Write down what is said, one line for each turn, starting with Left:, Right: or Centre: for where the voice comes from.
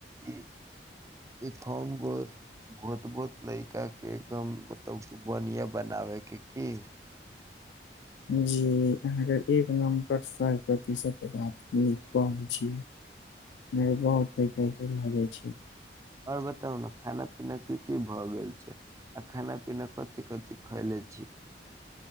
Right: ई एक खन गो बहुत बहुत लयका के एकदम मतलब बढ़िया बनाबे के की
Left: जी अहाँके एक नम्बर सौ प्रतिशत बात न होइ छी प भ जाइ छी <unintelligible>
Right: और बताउ नऽ खाना पीना की की भए गेल छै। आ खाना पीना कथि कथि खैले छी।